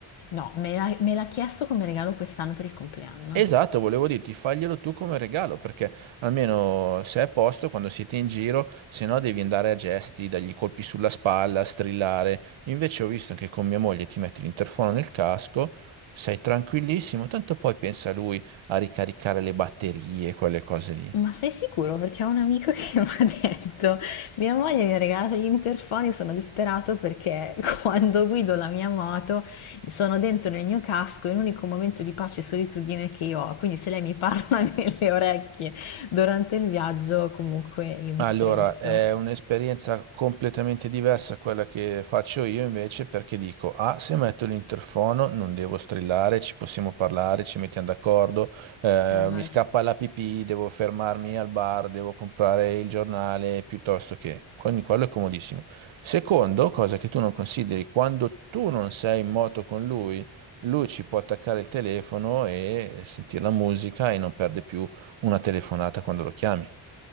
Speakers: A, on the left; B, on the right.
A: No, me l'ha me l'ha chiesto come regalo quest'anno per il compleanno.
B: Esatto, volevo dirti, faglielo tu come regalo, perché almeno se è a posto, quando siete in giro, se no devi andare a gesti, dargli colpi sulla spalla, strillare. Invece ho visto che con mia moglie ti metti l'interfono nel casco, sei tranquillissimo, tanto poi pensa lui a ricaricare le batterie, quelle cose lì.
A: Ma sei sicuro? Perché ho un amico <laughs> che mi ha detto, mia moglie mi ha regalato gli interfoni, sono disperato perché <laughs> quando guido la mia moto sono dentro nel mio casco, è l'unico momento di pace e solitudine che io ho, quindi se lei mi parla <laughs> nelle orecchie durante il viaggio, comunque io mi
B: Allora,
A: stresso.
B: è un'esperienza completamente diversa a quella che faccio io invece perché dico, ah, se metto l'interfono non devo strillare, ci possiamo parlare, ci mettiamo d'accordo, eh,
A: Eh, immagino.
B: mi scappa la pipì, devo fermarmi al bar, devo comprare il giornale piuttosto che... Quindi quello è comodissimo. Secondo, cosa che tu non consideri, quando tu non sei in moto con lui, lui ci può attaccare il telefono e sentire la musica e non perde più una telefonata quando lo chiami.